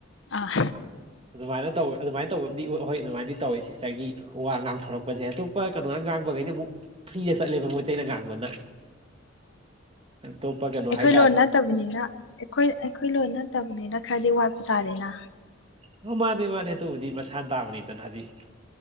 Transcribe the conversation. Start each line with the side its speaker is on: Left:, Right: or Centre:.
Left: ꯑꯥ
Right: ꯑꯗꯨꯃꯥꯏꯅ ꯇꯧꯋꯤ ꯑꯗꯨꯃꯥꯏꯅ ꯇꯧꯕ ꯑꯃꯗꯤ ꯍꯣꯏ ꯑꯗꯨꯃꯥꯏꯅꯗꯤ ꯇꯧꯋꯤ ꯁꯤꯁꯇꯔꯒꯤ ꯋꯥ ꯉꯥꯡꯊꯣꯔꯛꯄ ꯄꯁꯦ ꯑꯇꯣꯞꯄ ꯀꯩꯅꯣꯅ ꯉꯥꯡꯕꯈꯩꯗꯤ ꯑꯃꯨꯛ ꯐ꯭ꯔꯤꯗ ꯆꯠꯂꯦꯕ ꯃꯩꯇꯩꯅ ꯉꯥꯡꯕꯅ ꯇꯣꯄ ꯀꯦ ꯑꯗꯨꯣ ꯍꯥꯏ
Left: ꯑꯩꯈ ꯂꯣꯟ ꯅꯠꯇꯕꯅꯤꯅ ꯑꯩꯈꯣꯏ ꯑꯩꯈꯣꯏ ꯂꯣꯟ ꯅꯠꯇꯕꯅꯤꯅ ꯈꯔꯗꯤ ꯋꯥꯠꯄ ꯇꯥꯔꯦꯅ
Right: ꯑꯣ ꯃꯥꯅꯦ ꯃꯥꯅꯦ ꯑꯗꯨꯕꯨꯗꯤ ꯃꯁꯥꯅ ꯇꯥꯕꯅꯤꯗꯅ ꯍꯧꯖꯤꯛ